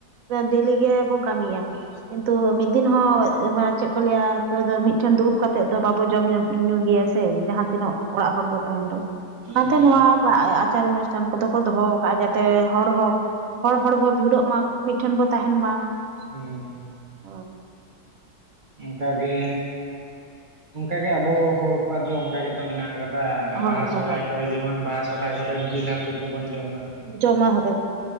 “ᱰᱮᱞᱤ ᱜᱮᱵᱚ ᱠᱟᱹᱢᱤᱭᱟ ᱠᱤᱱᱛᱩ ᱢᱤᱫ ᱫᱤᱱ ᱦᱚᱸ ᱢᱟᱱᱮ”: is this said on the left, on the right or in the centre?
Right